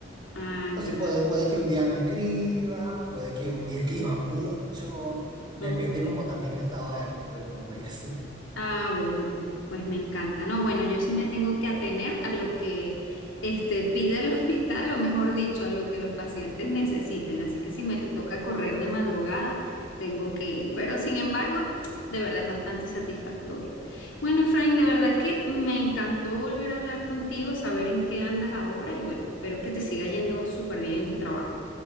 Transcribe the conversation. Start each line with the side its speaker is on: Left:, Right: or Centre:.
Left: Ah,
Right: Entonces
Left: ya.
Right: puede, puede que un día no escriba, puede que un día <laughs> escriba mucho, depende
Left: Ok.
Right: como también el estado de ánimo de uno y así.
Left: Ah, bueno, pues, pues me encanta. No, bueno, yo sí me tengo que atener a lo que este, pide el <laughs> hospital, o mejor dicho, a lo que los pacientes necesiten. Así que si me toca correr
Right: Claro.
Left: de madrugada, tengo que ir. Pero sin embargo, de verdad es bastante satisfactorio. Bueno, Efraín, de verdad que me encantó volver a hablar contigo, saber en qué andas ahora y bueno, espero que te siga yendo súper bien en tu trabajo.